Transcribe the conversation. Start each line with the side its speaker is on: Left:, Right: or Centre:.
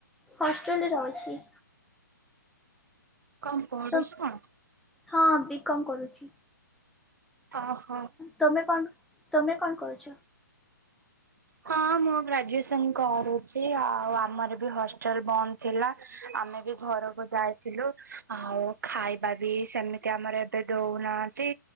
Centre: ହଷ୍ଟ୍ରେଲରେ ରହୁଛି।
Right: କଣ ପଢୁଛୁ
Centre: ତ
Right: କଣ?
Centre: ହଁ ବି କମ୍ କରୁଛି।
Right: ଓହୋ।
Centre: ତୁମେ କଣ ତୁମେ କଣ କରୁଚ?
Right: ହଁ ମୁଁ ଗ୍ରାଜୁଏସନ କରୁଛି ଆଉ ଆମର ହଷ୍ଟେଲ ବନ୍ଦ ଥିଲା ଆମେ ବି ଘରକୁ ଯାଇ ଥିଲୁ ଆଉ ଖାଇବା ବି ସେମିତି ଆମର କେବେ ଦଉନାହାନ୍ତି